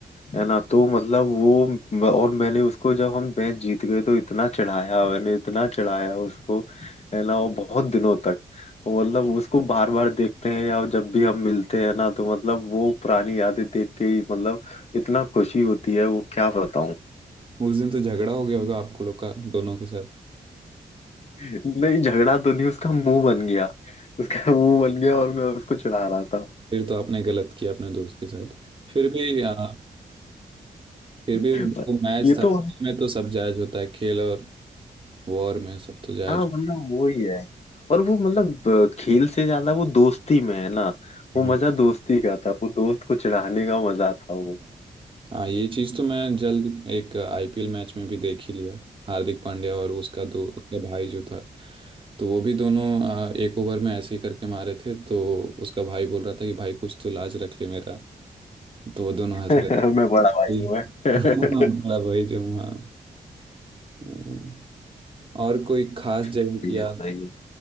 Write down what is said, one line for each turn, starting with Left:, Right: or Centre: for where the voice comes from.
Left: है ना तो मतलब वो म- और मैंने उसको जब हम मैच जीत गए तो इतना चढ़ाया मैंने इतना चढ़ाया उसको है ना और बहुत दिनों तक वो मतलब उसको बार बार देखते हैं या जब भी हम मिलते हैं ना तो मतलब वो पुरानी यादें देख के ही मतलब इतना खुशी होती है वो क्या बताऊं
Right: उस दिन तो झगड़ा हो गया होगा आपको लोग का दोनों के साथ
Left: नहीं झगड़ा तो नहीं उसका मुंह बन गया उसका मुंह बन गया और मैं उसको चढ़ा रहा था
Right: फिर तो आपने गलत किया अपने दोस्त के साथ फिर भी आ, फिर भी
Left: <laughs>
Right: वो मैच
Left: ये
Right: था
Left: तो
Right: में तो सब जायज होता है खेल और वॉर में सब तो जायज
Left: हाँ मतलब वही है और वो मतलब अ, खेल से ज्यादा वो दोस्ती में है ना
Right: हम्म।
Left: वो मजा दोस्ती का था वो दोस्त को चिढ़ाने का मजा था वो
Right: हाँ ये चीज़ तो मैं जल्द एक आईपीएल मैच में भी देख ही लिया हार्दिक पांड्या और उसका दो उसका भाई जो था तो वो भी दोनों आ, एक ओवर में ऐसे ही करके मारे थे तो उसका भाई बोल रहा था कि भाई कुछ तो लाज रख ले मेरा तो वो दोनों हंस
Left: <laughs>
Right: रहे
Left: मैं बड़ा
Right: थे
Left: भाई हूँ
Right: <laughs>
Left: मैं
Right: बड़ा
Left: <laughs>
Right: भाई जो वहाँ हम्म। और कोई खास जगह
Left: सही
Right: की याद
Left: है सही है